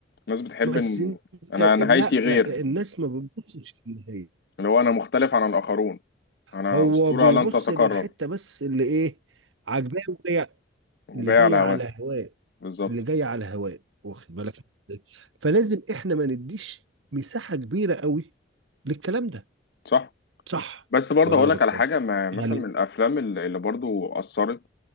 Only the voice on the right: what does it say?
بس
انت
لا لا
لا، الناس ما بتبصش للنهاية
هو
بيبص
للحته بس اللي ايه عاجباه وجاية-
اللي جايه
على هواه
اللي جايه على هواه واخد بالك إزاي؟ فلازم احنا ما نديش مساحه كبيره قوي للكلام ده
صح
ولا
انا غلطان
يعني